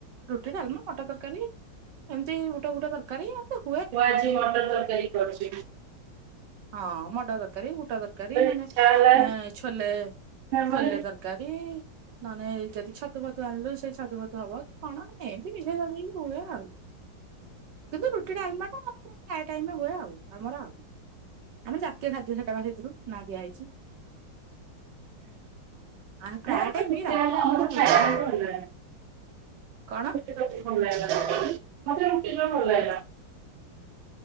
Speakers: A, on the right; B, on the right.
A: ରୁଟି ଡାଲମା ମଟର ତରକାରୀ। ଏମିତି ବୁଟ ଫୁଟ ତରକାରୀ ଆଉ।
B: ମୁଁ ଆଜି ମଟର ତରକାରୀ କରୁଛି।
A: ହଁ ମଟର ତରକାରୀ ବୁଟ ତରକାରୀ ନାନେ
B: ଇଚ୍ଛା ହେଲା
A: ଛୋଲେ
B: ନା
A: ଛୋଲେ
B: ମାନେ
A: ତର କାରି ନନେ ଯଦି ଛତୁ ଫତୁ ଆଣିଲୁ ସେ ଗାଧୁଆପାଧୁଆ ହବ କଣ ଏମିତି <unintelligible> ପିନ୍ଧା ହୁଏ ଆଉ। କିନ୍ତୁ ରୁଟି ଡାଲମାଟା ପୁରା ପ୍ରାଏ ଟାଇମ୍ ରେ ହୁଏ ଆଉ ଆମର ଆଉ। ଆମର ଜାତୀୟ ଖାଦ୍ୟ ସେଟା ବା ସେଥିରୁ ନାଁ ଦିଆଯାଇଛି। ଆ ପ୍ରାୟ
B: ଆରେ
A: ଟାଇମ୍
B: ରୁଟି
A: ରାତିରେ
B: ଆଉ
A: ଆମର
B: ଖାଇବାକୁ
A: ରୁଟି ଡାଲମା।
B: ଭଲ ଲାଗେନା।
A: କଣ?
B: <inaudible> ମତେ ରୁଟି ଜମା ଭଲ
A: ରୁଟି
B: ଲାଗେନି।